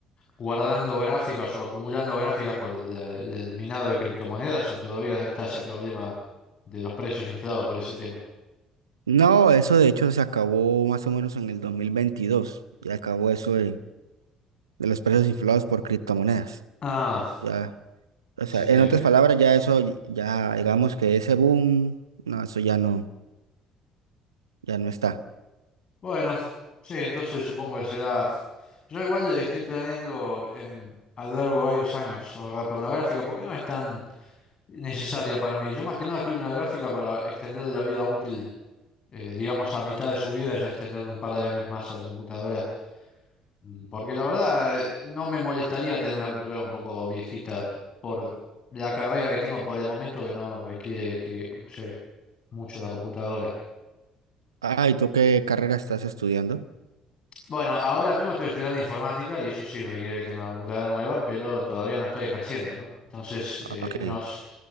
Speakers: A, on the left; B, on the right.
A: guardando gráficas o acumulando gráficas por la- el minado de criptomonedas, o todavía está ese problema de los precios inflados por ese tema.
B: No, eso de hecho se acabó más o menos en el dos mil veintidós Ya acabó eso de, de los precios inflados por criptomonedas.
A: Ah,
B: Ya, o
A: así
B: sea, en
A: que,
B: otras palabras, ya eso, ya digamos que ese boom, no, eso ya no, ya no está.
A: bueno, sí, entonces supongo que será. Yo igual estoy planeando en, a lo largo de varios años ahorrar para una gráfica, porque no es tan necesaria para mí. Yo más que nada quiero una gráfica para extender la vida útil, eh, digamos a mitad de su vida, ya extenderle un par de años más a la computadora. Mm, Porque la verdad eh, no me molestaría tener una computadora un poco viejita por la carrera que tengo por el momento que no requiere que use mucho la computadora.
B: ah y ¿tú qué carrera estás estudiando?
A: Bueno, ahora mismo estoy estudiando informática y eso sí requiere que tenga una computadora nueva, pero todavía no estoy ejerciendo, ¿no? Entonces, eh,
B: Ok.
A: unos,